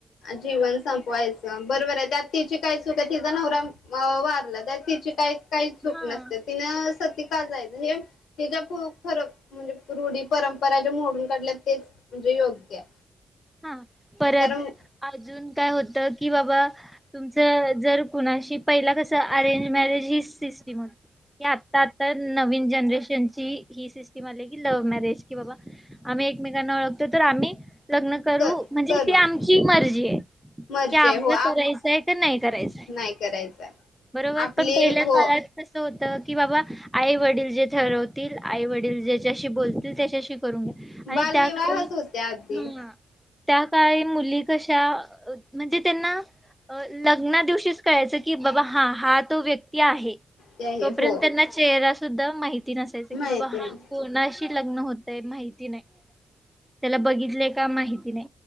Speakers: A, on the left; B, in the centre.
A: जीवन संपवायचं बरोबर आहे त्यात तिची काय चूक आहे तिचा नवरा वारला तर तिची काय काही चूक
B: हा
A: नसते तिन ते का जायच हे ह्याचा फरक म्हणजे रूढी परंपरा ज्या मोडून काढल्या तेच म्हणजे योग्य
B: हा परत
A: कारण
B: अजून काय होत? की बाबा तुमच जर कुणाशी पहिला कसा अरेंज मॅरेज हे सिस्टम होती ती आत्ता आत्ता नवीन जनरेशन ही ही सिस्टीम आली की लव्ह मॅरेज की बाबा आम्ही एकमेकांना ओळखतो तर आम्ही लग्न करू
A: क
B: म्हणजे
A: करून
B: त आमची मर्जी आहे की
A: मर्जे
B: आम्हाला
A: हो आप
B: करायचंय का नाही करायचंय
A: नाही करायचा
B: बरोबर
A: आपली
B: पण पहिल्या
A: हो
B: काळात कस होत की बाबा आई वडील जे ठरवतील आई वडील ज्याच्याशी बोलतील त्याच्याशी करून घ्या आणि
A: बालविवाहच
B: त्या ह
A: होते आधी
B: त्या काळी मुली कशा म्हणजे त्यांना लग्ना दिवशीच कळायचं की बाबा हा हा तो व्यक् आहे
A: हे
B: तोपर्यंत
A: हो
B: त्यांना चेहरा सुद्धा माहिती माहिती नसायचं
A: माहिती
B: की बाबा हा
A: नाही
B: कोणाशी लग्न होतय माहिती नाही त्याला बघितलं का? माहिती तिने